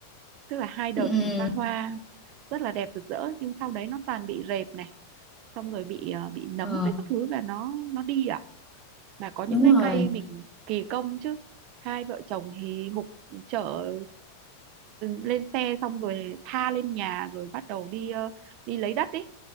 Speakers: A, on the right; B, in the centre.
A: tức là hai đợt
B: ừ
A: ra hoa rất là đẹp rực rỡ nhưng sau đấy nó toàn bị rệp này xong rồi bị ờ, bị nấm
B: ờ,
A: với các thứ và nó nó đi à mà có những
B: đúng
A: cái
B: rồi
A: cây mình kỳ công chứ hai vợ chồng hì hục chở lên xe xong rồi tha lên nhà rồi bắt đầu đi ờ, đi lấy đất ý